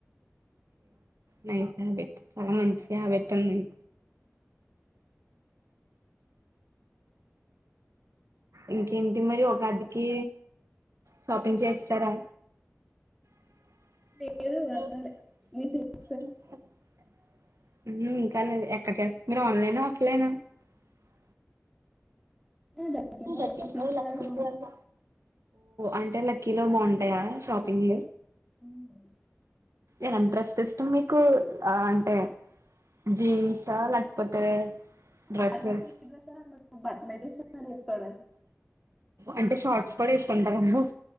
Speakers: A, on the right; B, in the centre.
A: నై స ఆ బట్ చాలా మంచి ఆ బెట్టన్నాయి ఇంకేంటి మరి ఒక అదికి షాపింగ్ చేసరా ఉప్
B: లేదు వెళ్ళాలి మీ సినిమా
A: ఊప్
B: దగ్గరలో
A: దగ్గరగా
B: సీట్
A: ఒ లక్
B: వెళ్దామని
A: పీపుల్ అంట అంటే లక్కీలో బాగుంటాయా షాపింగ్
B: అఊహ్
A: ఎంత ఇంట్రెస్ట్ మీకు అంటే జీన్స లేకపోతే డ్రెస్సెస్
B: ఆడ వరస ఈడావరుస బట్టమ వేసు పడ
A: అంటే షార్ట్స్ కూడా వేసుకుంటారుమ్